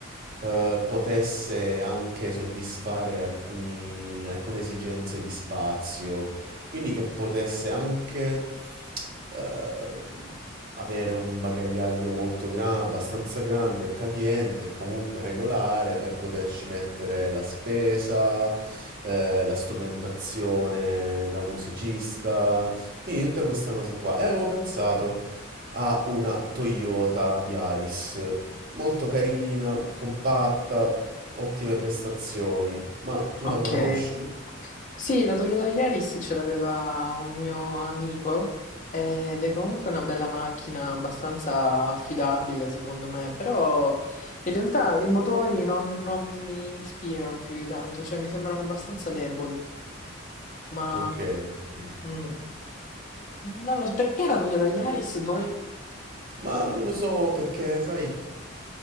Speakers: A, on the right (about 45°); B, on the left (about 40°).
A: eh, potesse anche soddisfare alcuni- alcune esigenze di spazio, quindi che potesse anche eh, avere un bagagliaio molto grande, abbastanza grande, e capiente e comunque regolare per poterci mettere la spesa, eh, la strumentazione da musicista, quindi tutta questa cosa qua. E avevo pensato ha una Toyota Yaris, molto carina, compatta, ottime prestazioni. Ma tu
B: ok.
A: la conosci?
B: Sì, la Toyota Yaris ce l'aveva un mio amico ed è comunque una bella macchina, abbastanza affidabile secondo me, però in realtà i motori non, non mi ispirano più di tanto, cioè mi sembrano abbastanza deboli, ma
A: Ok, ok.
B: mm, mm, non lo so, perché la Toyota Yaris voi?
A: Ma non lo so perché, sai,